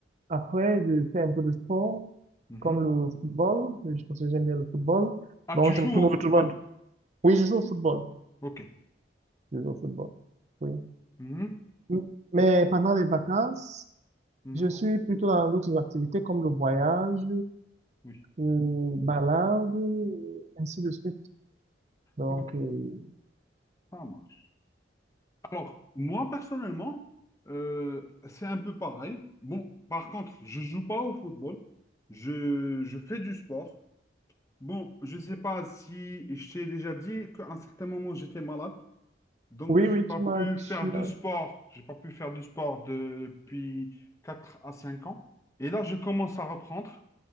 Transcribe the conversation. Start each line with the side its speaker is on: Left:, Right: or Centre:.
Right: après, je fais un peu de sport,
Left: Mhm.
Right: comme le football, je pense que j'aime bien le football.
Left: Ah,
Right: Donc,
Left: tu joues
Right: je me
Left: au
Right: retrouve
Left: football?
Right: Oui, je joue au football.
Left: Ok.
Right: Je joue au football. Oui.
Left: Mhm.
Right: Mm. Mais pendant les vacances,
Left: Mhm.
Right: je suis plutôt dans d'autres activités comme le voyage,
Left: Oui.
Right: euh, balade, euh, ainsi de suite. Donc,
Left: Ok.
Right: euh,
Left: Ça marche. Alors, moi, personnellement, euh, c'est un peu pareil. Bon, par contre, je joue pas au football. Je, je fais du sport. Bon, je sais pas si je t'ai déjà dit qu'à un certain moment, j'étais malade. Donc,
Right: oui, oui,
Left: j'ai pas
Right: tu
Left: pu
Right: m'as,
Left: faire
Right: tu m'as,
Left: de sport. J'ai pas pu faire de sport de- depuis 4 à 5 ans. Et là, je commence à reprendre.